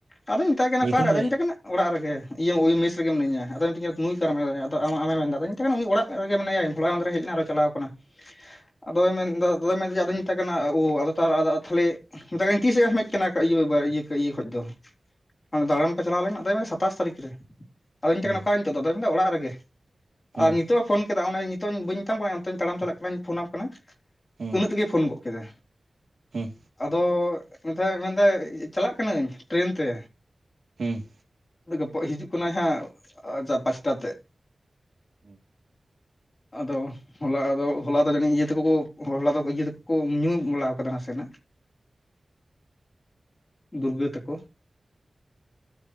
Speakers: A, on the left; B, on the right.
A: ᱟᱫᱩᱧ ᱢᱮᱛᱟᱭ ᱠᱟᱱᱟ
B: ᱧᱩᱛᱩᱢ
A: ᱚᱠᱟᱨᱮ?
B: ᱦᱮᱸ
A: ᱟᱫᱚᱧ ᱢᱮᱛᱟᱭ ᱠᱟᱱᱟ ᱚᱲᱟᱜ ᱨᱮᱜᱮ ᱤᱭᱟᱹ ᱳᱭ ᱢᱮᱥ ᱨᱮᱜᱮ ᱢᱤᱱᱟᱹᱧᱟ᱾ ᱟᱫᱚᱭ ᱢᱤᱛᱟᱹᱧ ᱠᱟᱱᱟ ᱱᱩᱭ ᱚᱠᱟᱨᱮ ᱢᱮᱱᱭ ᱠᱟᱫᱮᱭᱟ? ᱟᱢᱟᱜ ᱟᱢᱮ ᱢᱮᱱᱫᱟ ᱟᱫᱩᱧ ᱢᱮᱛᱟᱭ ᱠᱟᱱᱟ ᱩᱱᱤ ᱚᱲᱟᱜ ᱨᱮᱜᱮ ᱢᱮᱱᱟᱭᱟ ᱾ᱦᱳᱞᱟ ᱢᱟᱦᱫᱮᱨ ᱮ ᱦᱮᱡ ᱞᱮᱱᱟ ᱟᱨᱚᱭ ᱪᱟᱞᱟᱣ ᱟᱠᱟᱱᱟ᱾ᱟᱫᱚᱭ ᱢᱮᱱᱫᱟᱼᱼ ᱟᱫᱚᱭ ᱢᱮᱱᱫᱟ ᱡᱮ ᱟᱫᱚᱧ ᱢᱮᱛᱟᱭ ᱠᱟᱱᱟ ᱳ ᱟᱫᱚ ᱛᱟ ᱟᱫᱚ ᱛᱟᱦᱞᱮᱼᱼ ᱢᱮᱛᱟᱭ ᱠᱟᱹᱱᱟᱹᱧ ᱛᱤᱥᱮᱢ ᱦᱮᱡ ᱟᱠᱟᱱᱟ ᱤᱭᱟᱹ ᱤᱭᱟᱹ ᱤᱭᱟᱹ ᱠᱷᱚᱡ ᱫᱚ? ᱦᱟᱱᱮ ᱫᱟᱲᱟᱱ ᱯᱮ ᱪᱟᱞᱟᱣ ᱞᱮᱱ ᱟᱫᱚᱭ ᱢᱮᱱᱫᱟ ᱥᱟᱛᱟᱥ ᱛᱟᱹᱨᱤᱠᱷ ᱨᱮ ᱾ ᱟᱫᱚᱧ ᱢᱮᱛᱟᱭ
B: ᱦᱮᱸ
A: ᱠᱟᱱᱟ ᱚᱠᱟᱨᱮ ᱱᱤᱛᱳᱜ ᱫᱚ? ᱟᱫᱚᱭ ᱢᱮᱱᱫᱟ ᱚᱲᱟᱜ ᱨᱮᱜᱮ ᱾
B: ᱦᱮᱸ
A: ᱟᱨ ᱱᱤᱛᱚᱜ ᱮ ᱯᱷᱳᱱ ᱠᱮᱫᱟ ᱚᱱᱮ ᱱᱤᱛᱚᱜ ᱤᱧ ᱵᱟᱹᱧ ᱢᱮᱛᱟᱢ ᱠᱟᱱᱟ ᱚᱱᱛᱮᱧ ᱛᱟᱲᱟᱢ ᱪᱟᱞᱟᱜ ᱠᱟᱹᱱᱟᱹᱧ ᱯᱷᱳᱱ ᱟᱢ ᱠᱟᱱᱟ
B: ᱦᱮᱸ
A: ᱩᱱᱟᱹᱜ ᱛᱮᱜᱮ ᱯᱷᱳᱱ ᱜᱚᱜ ᱠᱮᱫᱟ
B: ᱦᱮᱸ
A: ᱟᱫᱚ ᱮ ᱢᱮᱱᱫᱟᱭ ᱪᱟᱞᱟᱜ ᱠᱟᱹᱱᱟᱹᱧ ᱴᱨᱮᱱ ᱛᱮ
B: ᱦᱮᱸ
A: ᱜᱟᱯᱟ ᱦᱤᱡᱩᱜ ᱠᱟᱱᱟᱭ ᱦᱟᱸᱜ ᱟᱪᱪᱷᱟ ᱯᱟᱸᱪᱴᱟ ᱛᱮ
B: ᱦᱩᱸ
A: ᱟᱫᱚ ᱦᱚᱞᱟᱫᱚ ᱦᱚᱞᱟ ᱫᱚ ᱡᱟᱹᱱᱤᱡ ᱤᱭᱟᱹ ᱛᱮᱠᱚ ᱠᱚ ᱦᱚᱞᱟ ᱫᱚ ᱤᱭᱟᱹ ᱛᱮᱠᱚ ᱠᱚ ᱧᱩ ᱵᱟᱲᱟ ᱠᱟᱫᱟ ᱱᱟᱥᱮᱜ ᱫᱩᱨᱜᱟᱹ ᱛᱟᱠᱚ